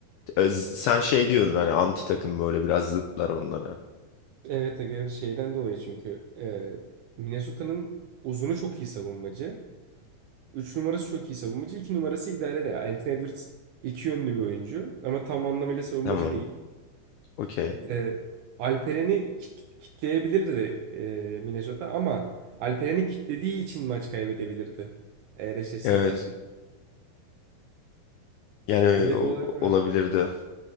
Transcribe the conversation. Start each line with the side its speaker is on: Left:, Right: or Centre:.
Left: Öz- Sen şey diyordun hani anti takım böyle biraz zıtlar onlara.
Right: Evet aga şeyden dolayı çünkü e, Minnesota'nın uzunu çok iyi savunmacı. 3 numarası çok iyi savunmacı. iki numarası idare de. Anthony Edwards iki yönlü bir oyuncu. Ama tam anlamıyla savunmacı
Left: Tamam.
Right: değil.
Left: Okey.
Right: Ee, Alperen'i kit- kitleyebilirdi e, Minnesota ama Alperen'i kitlediği için maç kaybedebilirdi. Eğer eşleşselerdi.
Left: Evet. Yani e,
Right: Öyle
Left: o-
Right: bir olay var.
Left: olabilirdi.